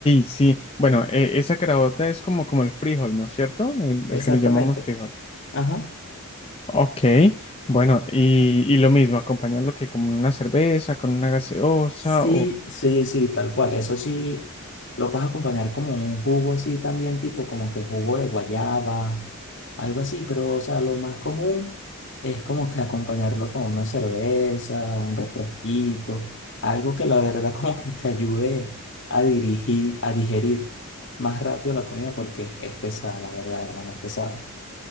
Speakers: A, on the left (about 25°); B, on the left (about 55°).
A: sí. Bueno, eh, esa carabota es como, como el frijol, ¿no es cierto? El,
B: Exactamente.
A: el que le llamamos frijol.
B: Ajá.
A: Ok, bueno, y, y lo mismo, acompañarlo que como una cerveza, con una gaseosa
B: Sí, sí, sí, tal cual. Eso sí, lo puedes acompañar como un jugo así también, tipo como que jugo de guayaba, algo así, pero o sea, lo más común es como que acompañarlo con una cerveza, un refresquito, algo que la verdad <laughs> como que te ayude a dirigir, a digerir más rápido la comida porque es pesada, la verdad, hermano, es pesada.